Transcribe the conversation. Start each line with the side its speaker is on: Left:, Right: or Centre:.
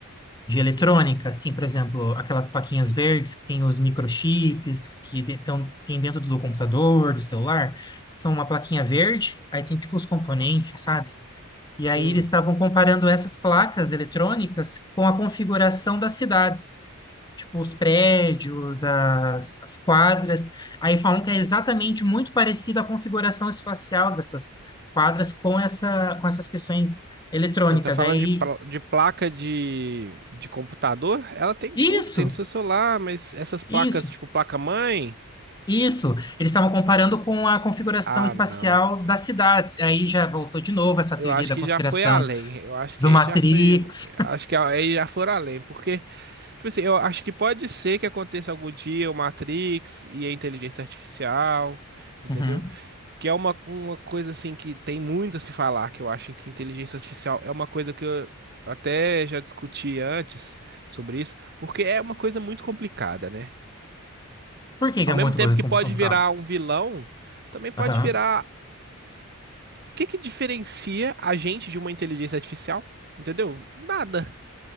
Left: de eletrônica, assim, por exemplo, aquelas plaquinhas verdes que tem os microchips que de- tão, tem dentro do computador, do celular? São uma plaquinha verde, aí tem, tipo, os componentes, sabe? E aí
Right: Hum.
Left: eles estavam comparando essas placas eletrônicas com a configuração das cidades tipo, os prédios, as, as quadras. Aí falam que é exatamente muito parecida a configuração espacial dessas quadras com essa, com essas questões eletrônicas.
Right: Eh, Tá falando
Left: Aí,
Right: de, pla- de placa de, de computador? Ela tem
Left: isso,
Right: tudo, tem no seu celular, mas essas placas,
Left: isso,
Right: tipo placa-mãe?
Left: isso. Eles estavam comparando com a configuração
Right: Ah,
Left: espacial
Right: não.
Left: das cidades. Aí já voltou de novo essa
Right: Eu
Left: teoria
Right: acho
Left: da
Right: que
Left: conspiração
Right: já foi além. Eu acho
Left: do
Right: que aí
Left: Matrix.
Right: já foi. Acho que aí já foram além, porque. Tipo assim, eu acho que pode ser que aconteça algum dia o Matrix e a inteligência artificial, entendeu?
Left: Uhum.
Right: Que é uma, uma coisa assim que tem muito a se falar, que eu acho que inteligência artificial é uma coisa que eu até já discuti antes sobre isso, porque é uma coisa muito complicada, né?
Left: Por que que
Right: Ao
Left: é
Right: mesmo
Left: muita
Right: tempo
Left: coisa
Right: que
Left: com-
Right: pode
Left: complicada?
Right: virar um vilão, também pode
Left: Aham.
Right: virar. O que que diferencia a gente de uma inteligência artificial? Entendeu? Nada.